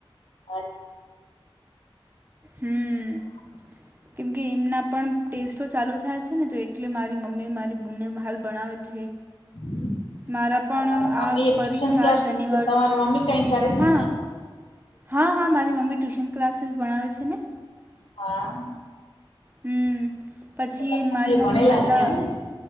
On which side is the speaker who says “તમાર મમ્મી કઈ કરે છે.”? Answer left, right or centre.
Left